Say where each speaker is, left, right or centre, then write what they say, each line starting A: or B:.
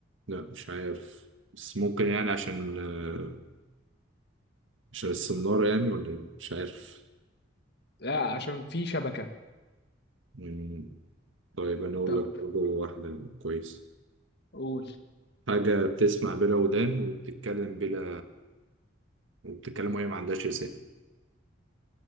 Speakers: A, on the right (about 75°); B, on the left (about 55°).
A: لا مش عارف بس ممكن يعني عشان آه، عشان السنارة يعني ولا إيه؟ مش عارف
B: لا عشان في شبكة
A: مم. طيب أنا أقول
B: طب
A: لك برضه واحدة كويسة
B: قول
A: حاجة بتسمع بلا ودان وبتتكلم بلا وبتتكلم وهي ما عندهاش لسان